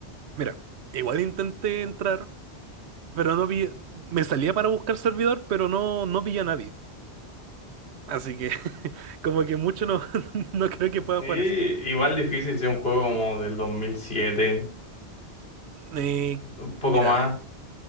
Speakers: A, on the right (about 75°); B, on the left (about 60°).
A: mira, igual intenté entrar, pero no vi, me salía para buscar servidor, pero no, no vi a nadie. Así que <laughs> como que mucho no, <laughs> no creo que pueda
B: sí,
A: jugar
B: igual
A: eso.
B: difícil, sí, un juego como del dos mil siete
A: Eh,
B: un poco
A: mira,
B: más,